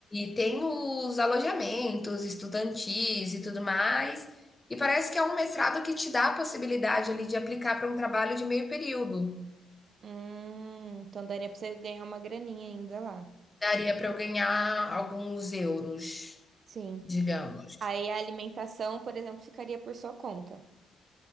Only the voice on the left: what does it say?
e tem os alojamentos estudantis e tudo mais. E parece que é um mestrado que te dá a possibilidade ali de aplicar para um trabalho de meio período.
Daria para eu ganhar alguns euros,
digamos.